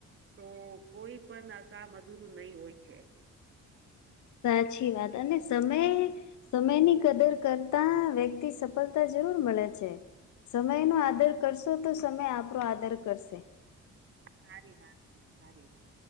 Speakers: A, on the right; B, on the left.
A: તો કોઈ પણ કામ અધૂરું નહી હોય છે.
B: સાચી વાત અને સમય સમયની કદર કરતા વ્યક્તિ સફળતા જરૂર મળે છે. સમય નો
A: હા
B: આદર કરશો તો સમય આપણો આદર કરશે.
A: સારી વા સારી વા.